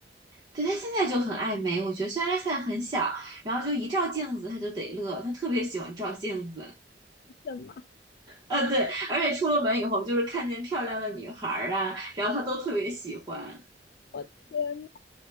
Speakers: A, on the right (about 25°); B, on the left (about 60°).
A: 对，他现在就很爱美，我觉得虽然他现在很小，然后就一照镜子他就得乐，他特别喜欢照镜子。
B: 什么？
A: 呃，对，而且出了门以后就是看见漂亮的女孩儿啊，然后他都特别喜欢，
B: 我天呐，